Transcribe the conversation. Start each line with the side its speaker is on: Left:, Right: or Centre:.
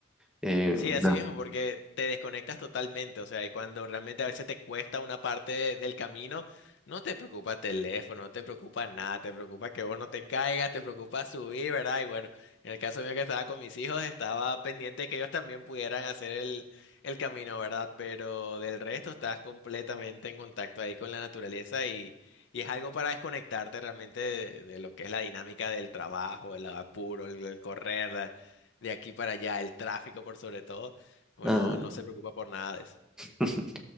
Centre: Em,
Left: Sí, así mismo, porque te desconectas totalmente, o sea, y cuando realmente a veces te cuesta una parte de- del camino, no te preocupa teléfono, no te preocupa nada, te preocupa que vos no te caigas, te preocupa subir, ¿verdad? Y bueno, en el caso mío que estaba con mis hijos, estaba pendiente que ellos también pudieran hacer el, el camino, ¿verdad? Pero del resto estás completamente en contacto ahí con la naturaleza y, y es algo para desconectarte realmente de, de lo que es la dinámica del trabajo, el apuro, el, el correr de aquí para allá, el tráfico por sobre todo, uno
Centre: ¿verdad?
Left: no se preocupa por nada de eso.
Centre: <laughs>